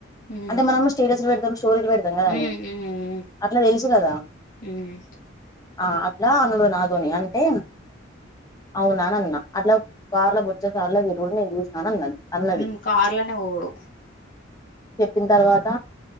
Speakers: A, on the left (about 45°); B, on the left (about 20°).
A: ఉమ్
B: అంటే మనము స్టేటస్ పెడదాం స్టోరీకి పెడదాం కదాని
A: ఉమ్ ఉమ్ ఉమ్
B: అట్లా తెలుసు కదా
A: ఉమ్
B: ఆ అట్లా అనుడు నాదోని అంటే అవునా అని అన్నా అట్లా కార్లో బొచ్చ కార్లో తిరుగుడు నేను చూసిన అని అన్నది అన్నది
A: హు కార్లోనే పోవుడు
B: చెప్పిన తర్వాత